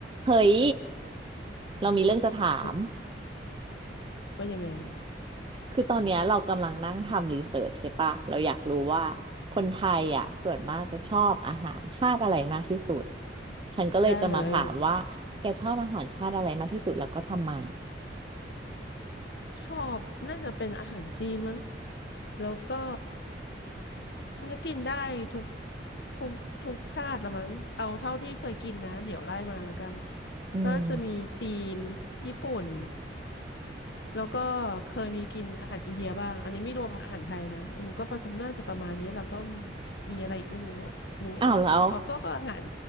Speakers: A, on the right; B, on the left.
A: เฮ้ย เรามีเรื่องจะถาม
B: ว่ายังไงว่ายังไง
A: คือตอนเนี้ยเรากำลังนั่งทำรีเสิร์ชใช่ปะเราอยากรู้ว่าคนไทยอ่ะส่วนมากจะชอบอาหารชาติอะไรมากที่สุด ฉันก็เลยจะมาถามว่า
B: ได้เลย
A: แกชอบอาหารชาติอะไรมากที่สุดแล้วก็ทำไม
B: ชอบน่าจะเป็นอาหารจีนมั้งแล้วก็จริงๆก็กินได้ทุกทุกทุกชาติละมั้งเอาเท่าที่เคยกินนะเดี๋ยวไล่มาแล้วกัน
A: อืม
B: น่าจะมีจีนญี่ปุ่นแล้วก็เคยมีกินอาหารอินเดียบ้างอันนี้ไม่รวมอาหารไทยนะเออก็ประมาณน่าจะประมาณนี้แล้วก็มีอะไรอีกไม่รู้อะนึกไม่ออกอ๋อก็ก็อาหาร
A: อ้าวแล้ว